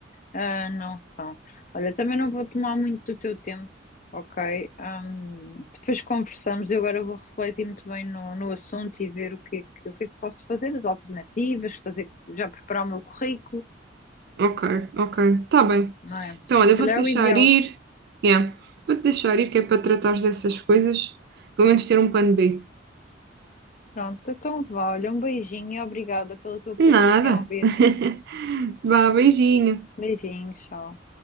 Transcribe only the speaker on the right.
Ok, ok, tá bem.
Então, olha,
vou-te deixar
ir. Yeah. Vou-te deixar ir, que é para tratares dessas coisas, pelo menos ter um plano B.
Nada.
<laughs> Vá, beijinho.